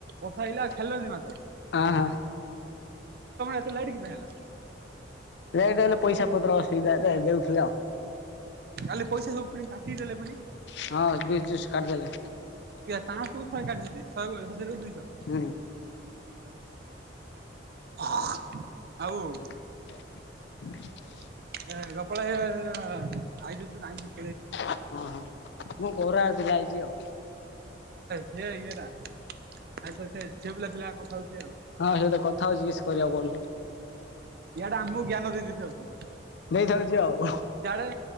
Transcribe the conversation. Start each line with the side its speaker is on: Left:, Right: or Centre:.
Right: ବର୍ଷା ଆଇଲା ଆ ଖେଳିଲାନି ନା ତା।
Left: ଅ ହଁ।
Right: ଏତେ ଲେଟ୍ କି ପାଇଁ ହେଲା
Left: ଲେଟ୍ ହେଲେ ପଇସା ପତ୍ର ଅସୁବିଧା ଦେ ଦେଉଥିଲେ ଆଉ।
Right: କାଲି ପଇସା ସବୁ ପୁଣି କାଟିଦେଲେ ପୁଣି।
Left: ହଁ ବିସ୍ ଦିସ୍ କାଟିଦେଲେ।
Right: କିଆ ପାଆସକୁ ଶହେ କାଟିିଛନ୍ତି ଶହେକୁ ହଜାରକୁ ଦୁଇଶହ।
Left: ହୁଁ
Right: ହଁ ଆଉ।
Left: <inaudible> <inaudible>
Right: ଗୋପାଳ ଭାଇ <unintelligible> ତାଙ୍କୁ
Left: ହଁ ହଁ ମୋ ଗୌରା ଆଜି ଯାଇଛି ଆଉ।
Right: ହେ ଇଏଟା ଆଇ ତ ସେ ଝିଅ ପିଲା ଥିଲେ କଥା ହଉଛି ଆଉ।
Left: ହଁ ସେଇତ କଥା ହଉଛି କିଛି କରିବା କଉନୁ।
Right: ୟଆଡା ଆମକୁ ଜ୍ଞାନ ଦେଇ ଦେଇ ଥାଉଚି।
Left: ଦେଇଥାଉଛି ଆଉ ହଁ
Right: ସଆଡେ